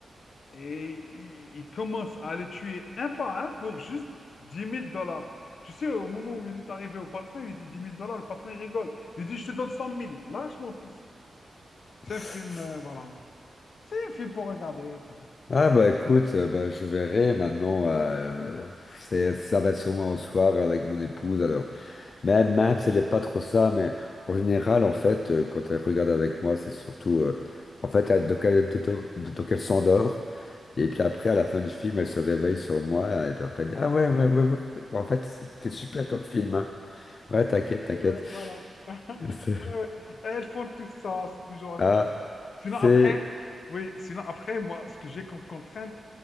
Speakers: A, on the left (about 70°); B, on the left (about 55°).
A: Et il, il commence à les tuer un par un pour juste dix mille dollars. Tu sais, au moment où il est arrivé au patron, il lui dit dix mille dollars. Le patron, il rigole. Il dit, je te donne cent mille. Lâche mon fils. C'est
B: <laughs>
A: un film, euh, voilà. C'est un film pour regarder. c'est-
B: Ah bah écoute, euh, bah, je verrai maintenant. euh, c'est, ça va être sûrement au soir avec mon épouse. Alors même même si elle n'est pas trop ça, mais en général en fait, euh, quand elle regarde avec moi, c'est surtout euh, en fait elle- donc elle, donc- donc elle s'endort et puis après à la fin du film, elle se réveille sur moi et puis après elle dit ah ouais ouais ouais, ouais. ouais. Bon, En fait c'était super comme film hein. Ouais t'inquiète t'inquiète.
A: Ouais, ouais, voilà. <laughs>
B: <laughs> C'est-
A: Ouais, ouais. Elles font tout ça, c'est toujours la
B: Ah
A: même chose. Sinon
B: c'est
A: après, oui, sinon après, moi, ce que j'ai comme contrainte,